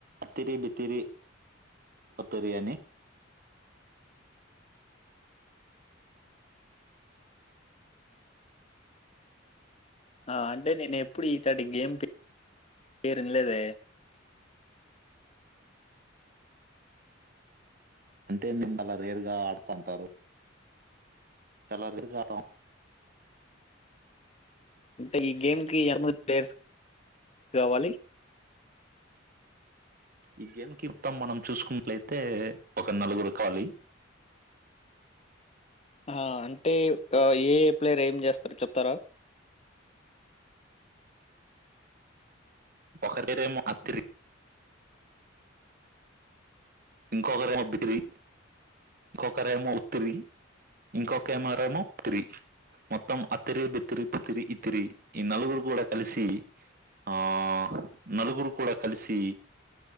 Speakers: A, on the right (about 45°); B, on the left (about 30°).
A: అతిరి బితిరి ఒతీరి అని
B: ఆ అంటే నేను ఎప్పుడు ఇటటి గేమ్ పేరు ఇనలేదే
A: అంటే మిమ్ అలా రేర్ గా ఆడుతంటారు తెల్లారి లేసి ఆడతాము
B: అంటే ఈ గేమ్ కి ఏర్మ ప్లేర్స్ కావాలి
A: ఈ గేమ్ కి ఇప్తాం మనం చూసుకున్నట్లయితే ఒక నలుగురు కావాలి
B: ఆ అంటే ఏ ఏ ప్లేయర్ ఏం చేస్తారు చెప్తారా
A: ఒకరికైతే మో అత్తిరి ఇంకొకరేమో బిత్తిరి ఇంకొకరేమో ఉత్తిరి ఇంకొక్కమేరెమో బిత్తిరి మొత్తం అత్తిరి బిత్తిరి పుత్తిరి ఇత్తిరి ఈ నలుగురు కూడా కలిసి ఆ నలుగురు కూడా కలిసి